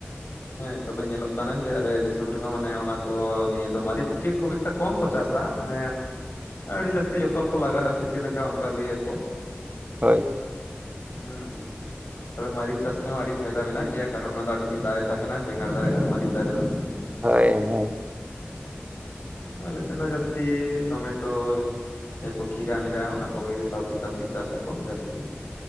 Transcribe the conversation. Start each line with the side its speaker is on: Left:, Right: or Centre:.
Left: ᱦᱮᱸ ᱛᱚᱵᱮ ᱧᱮᱞᱚᱜ ᱠᱟᱱᱟ ᱡᱮ ᱟᱞᱮ ᱫᱤᱥᱚᱢ ᱨᱮᱦᱚᱸ ᱢᱟᱱᱮ ᱚᱱᱟ ᱠᱚ ᱱᱤᱭᱟᱹ ᱫᱚ ᱢᱟᱹᱨᱤᱪ ᱜᱮ ᱠᱷᱩᱵ ᱮᱠᱴᱟ ᱠᱚᱢ ᱠᱚ ᱪᱟᱥᱟ, ᱢᱟᱱᱮ ᱟᱹᱰᱤ ᱡᱟᱹᱥᱛᱤ ᱡᱚᱛᱚᱱ ᱠᱚ ᱞᱟᱜᱟᱜᱼᱟ ᱥᱮ ᱪᱮᱫ ᱞᱮᱠᱟ ᱚᱱᱠᱟ ᱞᱟᱹᱭᱟᱠᱚ
Right: ᱦᱳᱭ᱾
Left: ᱦᱩᱸ ᱛᱚᱵᱮ ᱢᱟᱹᱨᱤᱪ ᱪᱟᱥ ᱨᱮᱦᱚᱸ ᱟᱹᱰᱤ ᱯᱷᱟᱭᱫᱟ ᱢᱮᱱᱟᱜ ᱜᱮᱭᱟ ᱠᱟᱨᱚᱱ ᱚᱱᱟ ᱫᱚ ᱟᱹᱰᱤ ᱫᱤᱱ ᱫᱟᱨᱮ ᱛᱟᱦᱮᱱᱟ ᱵᱮᱸᱜᱟᱲ ᱫᱟᱨᱮ ᱟᱨ ᱢᱟᱹᱨᱤᱪ ᱫᱟᱨᱮ ᱫᱚ
Right: ᱦᱳᱭ ᱦᱳᱭ
Left: ᱦᱩᱸ ᱟᱞᱮ ᱥᱮᱫ ᱫᱚ ᱡᱟᱹᱥᱛᱤ ᱴᱚᱢᱮᱴᱳ <unintelligible> ᱯᱚ ᱠᱷᱤᱨᱟ ᱢᱤᱨᱟ ᱚᱱᱟ ᱠᱚᱜᱮ ᱞᱟᱹᱣᱠᱤ ᱛᱟᱹᱣᱠᱤ ᱪᱟᱥᱟᱠᱚ ᱡᱟᱹᱥᱛᱤ᱾